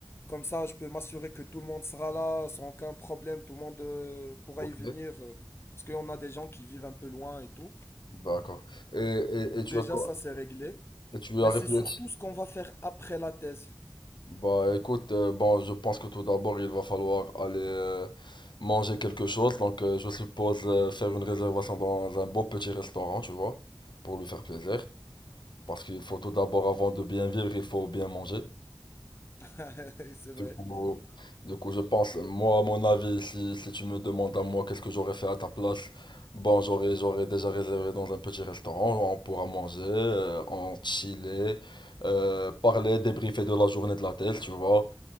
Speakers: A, on the left; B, on the left.
A: Comme ça, je peux m'assurer que tout le monde sera là sans aucun problème. Tout le monde euh, pourra
B: Ok.
A: y venir. euh, parce qu'on a des gens qui vivent un peu loin et tout.
B: D'accord. Et, et, et tu
A: Déjà,
B: as quoi?
A: ça, c'est réglé.
B: Et tu
A: Mais
B: as réfléchi?
A: c'est surtout ce qu'on va faire après la thèse.
B: Bah écoute, euh, bon, je pense que tout d'abord, il va falloir aller euh, manger quelque chose. Donc, euh, je suppose euh, faire une réservation dans un beau petit restaurant, tu vois, pour lui faire plaisir. Parce qu'il faut tout d'abord, avant de bien vivre, il faut bien manger.
A: <laughs> C'est vrai.
B: Du coup, du coup, je pense, moi, à mon avis, si, si tu me demandes à moi qu'est-ce que j'aurais fait à ta place, bon, j'aurais, j'aurais déjà réservé dans un petit restaurant, on pourra manger, euh, en chiller, euh, parler, débriefer de la journée de la tête, tu vois,